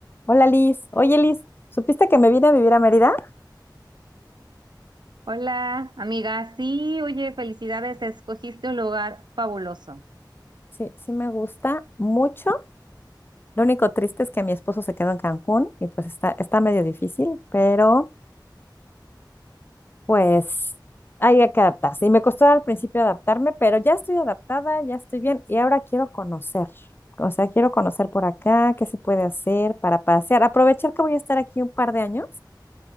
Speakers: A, on the left; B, on the right.
A: Hola Liz. Oye Liz, ¿supiste que me vine a vivir a Mérida?
B: Hola, amiga. Sí, oye, felicidades, escogiste un lugar fabuloso.
A: Sí, sí me gusta mucho. Lo único triste es que mi esposo se quedó en Cancún y pues está, está medio difícil, pero pues hay que adaptarse. Y me costó al principio adaptarme, pero ya estoy adaptada, ya estoy bien y ahora quiero conocer. O sea, quiero conocer por acá, qué se puede hacer para pasear. Aprovechar que voy a estar aquí un par de años